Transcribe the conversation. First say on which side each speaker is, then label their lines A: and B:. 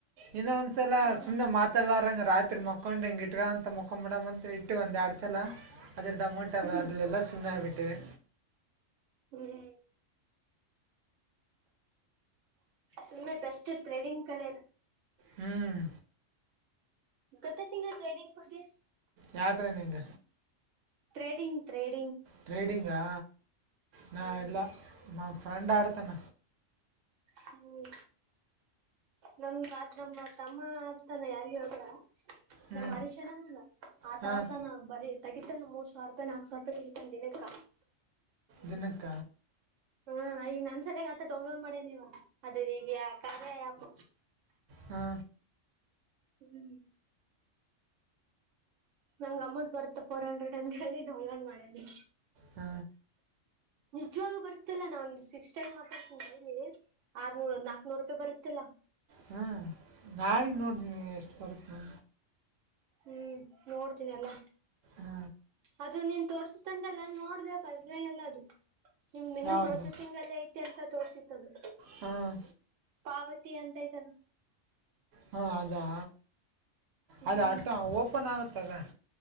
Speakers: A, on the right; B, on the right.
A: ಇನ್ನ ಒಂದ್ಸಲ
B: ಹ್ಮ್
A: ಸುಮ್ಮ್ನೆ ಮಾತಾಡಾರಂಗ ರಾತ್ರಿ ಮಕ್ಕೊಂಡ್ ಹೆಂಗಿಟ್ರ ಅಂತ ಮ ಮುಕೊ ಬಿಡಂತ ಇಟ್ಟು ಒಂದ್ ಎರಡ್ ಸಲ ಅದರದ್ದ ಅಮೌಂಟ್ ಅವ
B: ಹ್ಮ್
A: ಅರ್ಲೆಲ್ಲ ಸುಮ್ಮನೆಬಿಟ್ಟವಿ
B: ಹ್ಮ್ ಹ್ಮ್ ಸುಮ್ಮನೆ ಬೆಸ್ಟ್ ಟ್ರೇಡಿಂಗ್ ಕಲೆ
A: ಹ್ಮ್
B: ಗತ್ತ ತಿಂಗಳು ಟ್ರೈನಿಂಗ್ ಪತೀಸ್
A: ಯಾ ಟ್ರ ನಿಂಗ
B: ್ರೇಡಿಂಗ್ ್ರೇಡ್
A: ಟ್ರೇಡಿಂಗಾ ನ
B: ಹ್ಮ್
A: ಎಲ್ಲ ನ ಫ್ರೆಂಡ್ ಆಡ್ತಾನ
B: ಹ್ಮ್ ನಮತ್ ನಮ್ಮ ತಮ್ಮ ಆಡ್ತಾನ ಯಾರಿಗಗಡ
A: ಹ್ಞೂ
B: ನ ಅರಶರನಲ್ಲ ಮಾತಾ
A: ಹಾಂ
B: ಆಡ್ತಾನ ಬರೀ ತಗಿತಾನ ಮೂರ್ ಸಾವಿರ ರೂಪಾಯಿ ನಾಕಕ್ ಸಾವಿ ರೂಪಾಯಿ ತಗಿತಾನ ದಿನಕ್ಕ
A: ಜಿನಕ
B: ಹಾ ಈಗ ನನ್ಸಲಯಾಗ ಆತ ಡೌನ್ಲೋಡ್ ಮಾಡಿ ನೀವು ಅದೇ ಈಗ ಕಾದ ಆ್ಯಪ್
A: ಹಾ
B: ಹೂ ನಂ್ ಅಮೌಂಟ್ ಬರುತ್ತೆ ಫೋರ್ ಹಂಡ್ರೆಡ್ ಅಂತ ಹೇಳಿ ಡೌಲಂಡ್ ಮಾಡ್ಯನ
A: ಹ
B: ನಿಜವಳಗು ಬರುತ್ತಿಲ್ಲ ನಾ ಒಂದು ಸಿಕ್ಸ್ ಟೈಮ್ ಮಾತಾಡ್ತಿ ಡೈಲಿ ಆರ್ನೂರು ನಾಕ್ನೂರು ರೂಪಾಯಿ ಬರುತ್ತಿಲ್ಲಾ
A: ಹಾ ನಾಳಗ್ ನೋಡಿ ಎಷ್ಟು ಬರಕ್ ನು
B: ಹೂ ನೋಡ್ತೀನಿ ಎಲ್ಲ
A: ಹ
B: ಅದು ನೀನ್ ತೋರ್ಸತಂದಲ್ಲ ನೋಡ್ದ ಅದು ಬರ್ಲೆ ಇಲ್ಲ ನಿಮ್ ಇನ್ನುೂ
A: ಯಾವುದು
B: ಪ್ರೊಸೆಸಿಂಗ್ ಅಲ್ಲೇ ಐತಿ ಅಂತ ತೋರ್ಸಿತ್ತದು
A: ಹಾಂ
B: ಪಾವತಿ ಅಂತಐ್ತಲ್ಲ
A: ಹಾಂ ಅದಾ
B: ಹ್ಮ್
A: ಅದ ಆಟೋ ಓಪನ್ ಆಗತ್ತದ